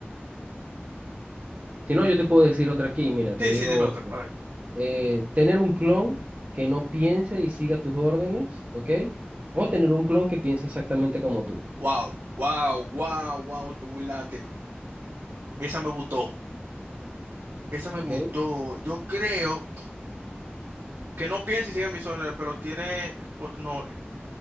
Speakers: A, on the right (about 40°); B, on the right (about 70°).
A: Si no, yo te puedo decir otra aquí, mira, te
B: Sí,
A: digo.
B: sí, dime otro. A ver.
A: eh, tener un clon que no piense y siga tus órdenes, ¿ok? O
B: Ujú.
A: tener un clon que piense exactamente como tú,
B: Wow, wow, wow, wow, te burlaste. Esa me gustó. Esa me
A: ¿ok?
B: gustó. Yo creo que no piense y siga mis órdenes, pero tiene. pues, No,